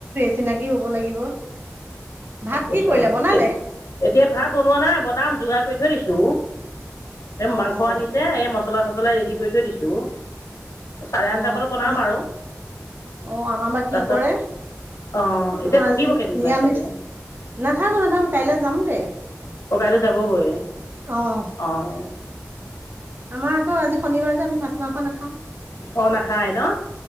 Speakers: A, on the right; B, on the left.
A: চিনাকী হ'ব লাগিব।
B: <inaudible>
A: ভাত
B: এক বছৰ,
A: কি কৰিলে বনালে?
B: এতিয়া ভাত বনোৱা নাই বনাম যোগাৰ কৰি থৈ দিছো। এই
A: অ',
B: মাংস
A: অ'।
B: আনিছে এই মছলা চচলা ৰেডি কৰি থৈ দিছোঁ চাৰে
A: অ',
B: আঠটা মানত বনাম
A: আমাৰ
B: আৰু।
A: অ আমাৰ বা
B: তাৰপাছত
A: কি কৰে?
B: অঁ এতিয়া
A: অ আজি
B: থাকিব
A: নিৰামিষ।
B: কেইদিনমান ইয়াতে
A: নাথাকো, নাথাকো। কাইলৈ যামগে।
B: ককাইদেউ যাবগৈ,
A: অ',
B: অ'।
A: আমাৰ আকৌ আজি শনিবাৰ যে আমি মাছ মাংস নাখাওঁ।
B: অঁ নাখায় ন